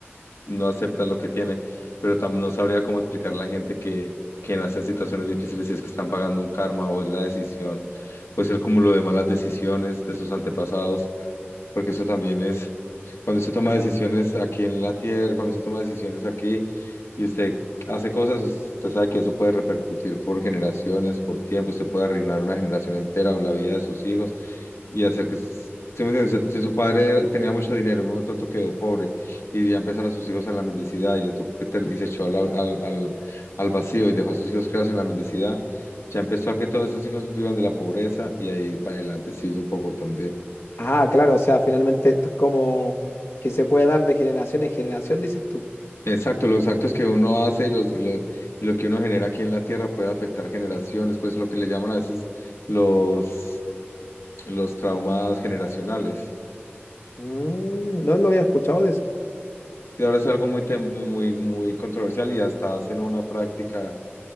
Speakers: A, on the left; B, on the left.
A: no acepta lo que tiene, pero tam- no sabría cómo explicar a la gente que, que nace en situaciones difíciles si es que están pagando un karma o es la decisión, pues el cúmulo de malas decisiones de sus antepasados. porque eso también es, cuando usted toma
B: O sea,
A: decisiones aquí en la tierra, cuando usted toma decisiones aquí y usted hace cosas, usted sabe que eso puede repercutir por generaciones, por tiempo, usted puede arruinar una generación entera o la vida de sus hijos y hacer que... s- ¿sí me entiende? Si si su padre era- tenía mucho dinero, en un momento otro quedó pobre y ya empezaron sus hijos a la mendicidad y le tocó que ter- y se echó a la- al, al, al vacío y dejó a sus hijos creados en la mendicidad, ya empezó a que todos esos hijos vivan de la pobreza y ahí para adelante sigue un pocotón de,
B: ah, claro, o sea, finalmente esto es como que se puede dar de generación en generación, dices tú.
A: Exacto, los actos que uno hace y, los, y, lo, y lo que uno genera aquí en la Tierra puede afectar generaciones, pues lo que le llaman a veces los, los traumas generacionales.
B: Mm, no, no había escuchado de eso.
A: Y ahora es algo muy, tem- muy, muy controversial y hasta hacen una práctica